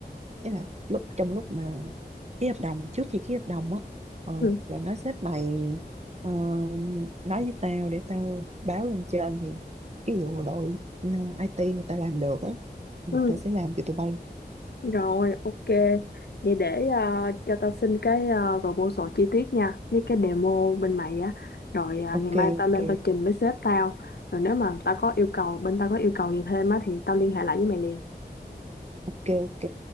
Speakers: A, on the right (about 40°); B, on the left (about 70°).
A: Tức là lúc trong lúc mà ký hợp đồng trước khi ký hợp đồng á ờ,
B: ừ,
A: là nó xếp mày ờ, nói với tao để tao báo lên trên thì cái vụ đội ừ, IT người ta làm được á Ừ,
B: ừ.
A: tao sẽ làm cho tụi bay
B: Rồi, ok. Vậy để à, cho tao xin cái uh, proposal chi tiết nha, với cái demo bên mày á. Rồi à, ngày
A: ok
B: mai tao
A: ok
B: lên tao trình với sếp tao. Rồi nếu mà tao có yêu cầu, bên tao có yêu cầu gì thêm á thì tao liên hệ lại với mày liền.
A: ok ok